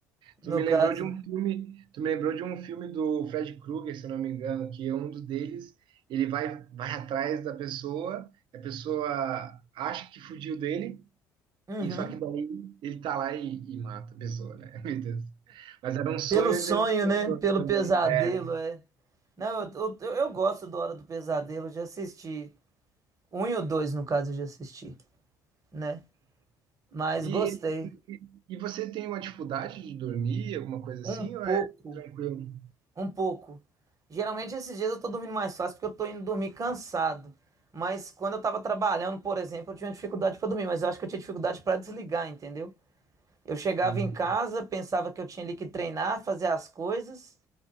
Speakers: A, on the right; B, on the right.
A: no
B: Tu me
A: caso.
B: lembrou de um filme, tu me lembrou de um filme do Fred Krueger, se eu não me engano, que é um dos deles, ele vai vai atrás da pessoa, a pessoa acha que fugiu dele,
A: Uhum.
B: e só que daí ele tá lá e, e mata a pessoa, né? <laughs> Meu Deus. Mas era um sonho
A: Pelo sonho,
B: dentro de
A: né?
B: um sonho
A: Pelo
B: também.
A: pesadelo,
B: É.
A: é. Não, eu, eu, eu gosto do Hora do Pesadelo, eu já assisti. Um e o dois, no caso, eu já assisti, né? Mas
B: E,
A: gostei.
B: e, e você tem uma dificuldade de dormir, alguma coisa assim,
A: Um pouco,
B: ou é tranquilo?
A: um pouco. Geralmente esses dias eu tô dormindo mais fácil porque eu tô indo dormir cansado. Mas quando eu tava trabalhando, por exemplo, eu tinha dificuldade pra dormir, mas eu acho que eu tinha dificuldade pra desligar, entendeu? Eu chegava
B: Tem.
A: em casa, pensava que eu tinha ali que treinar, fazer as coisas.